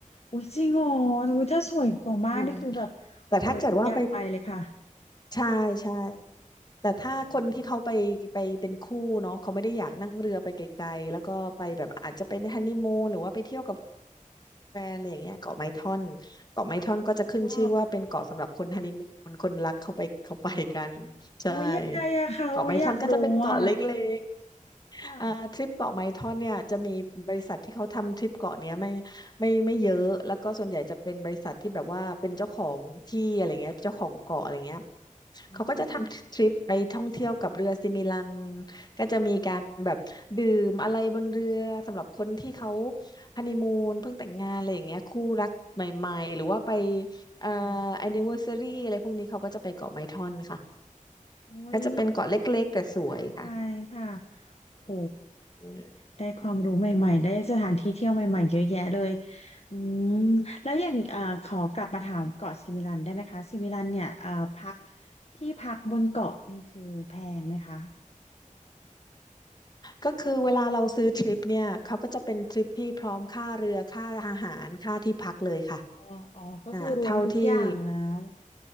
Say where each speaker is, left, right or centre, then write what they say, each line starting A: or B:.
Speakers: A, on the left (about 50°); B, on the left (about 30°).
A: อุ้ยจริงเหรออุ้ยถ้าสวยกว่ามากนี่คือแบบ
B: อืมแต่ถ้าเกิดว่าไป
A: โอ้อยากไปเลยค่ะ
B: ใช่ใช่แต่ถ้าคนที่เขาไปไปเป็นคู่เนาะเขาไม่ได้อยากนั่งเรือไปไกลๆแล้วก็ไปแบบอาจจะเป็นฮันนีมูนหรือว่าไปเที่ยวกับ
A: อืมค่ะ
B: แฟนอะไรอย่างเงี้ยเกาะไม้ท่อนเกาะไม้ท่อนก็จะขึ้นชื่อว่าเป็นเกาะสำหรับคนฮันนีมูนคนรักเข้าไปเขาไปกัน
A: อ๋อ
B: ใช่
A: อุ้ยยังไงอะคะอุ้ยอยากรู้อะ
B: เกาะไม้ท่อนก็จะเป็นเกาะเล็ก
A: ค่ะ
B: อ่าทริปเกาะไม้ท่อนเนี่ยจะมีบริษัทที่เขาทำทริปเกาะเนี้ยไม่ไม่ไม่เยอะแล้วก็ส่วนใหญ่จะเป็นบริษัทที่แบบว่าเป็นเจ้าของที่อะไรเงี้ยเจ้าของเกาะอะไรเงี้ย
A: ค่ะอืม
B: เขาก็จะทำทริปไปท่องเที่ยวกับเรือซิมิลันก็จะมีการแบบดื่มอะไรบนเรือสำหรับคนที่เขาฮันนีมูนเพิ่งแต่งงานอะไรอย่างเงี้ยคู่รักใหม่ๆหรือว่าไปเอ่อ
A: โอ้
B: แอนนิเวอร์ซารีอะไรพวกนี้เขาก็จะไปเกาะไม้ท่อนค่ะ
A: อุ้ย
B: ก็จะเป็นเกาะเล็กๆแต่สวยค่ะ
A: น่าไปค่ะ โห
B: อืม
A: ได้ความรู้ใหม่ๆได้สถานที่เที่ยวใหม่ๆเยอะแยะเลยอืมแล้วอย่างเอ่อขอกลับมาถามเกาะซิมิลันได้ไหมคะซิมิลันเนี่ยเอ่อพักที่พักบนเกาะนี่คือแพงไหมคะ
B: ก็คือเวลาเราซื้อทริปเนี่ย เขาก็จะเป็นทริปที่พร้อมค่าเรือค่าอาหารค่าที่พักเลยค่ะ
A: ค่ะอ๋ออ๋อก็คือรวมทุกอย่างแล้ว
B: อ่าเท่าที่